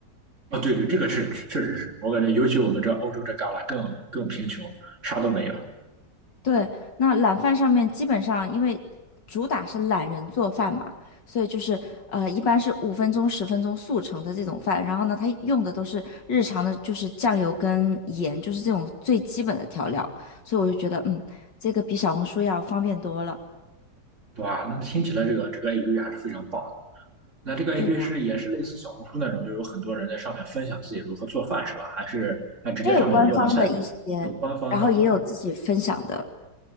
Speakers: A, on the right; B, on the left.
A: 啊，对对，这个是确实是，我感觉尤其我们这欧洲这旮旯更更贫穷，啥都没有。
B: 对，那懒饭上面基本上因为主打是懒人做饭嘛，所以就是呃，一般是五分钟、十分钟速成的这种饭。然后呢，它用的都是日常的，就是酱油跟盐，就是这种最基本的调料。所以我就觉得，嗯，这个比小红书要方便多了。
A: 对吧？那听起来这个这个 APP 还是非常棒的。那这个
B: 对啊。
A: APP 是也是类似小红书那种，就有很多人在上面分享自己如何做饭是吧？还是它直接上面有各种菜谱，
B: 它有官方的一些，
A: 有官方的啊
B: 然后也有自己分享的。